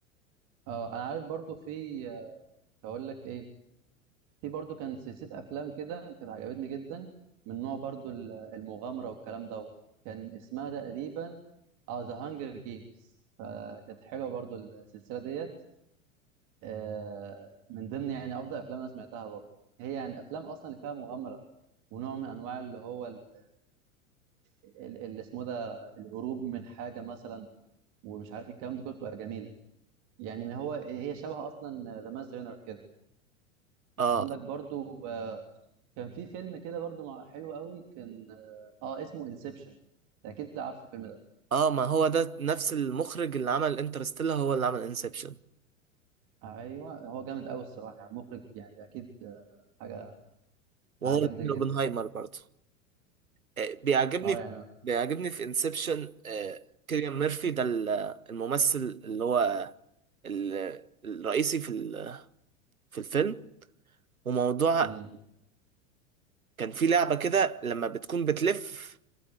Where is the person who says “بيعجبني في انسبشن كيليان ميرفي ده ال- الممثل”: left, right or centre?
Right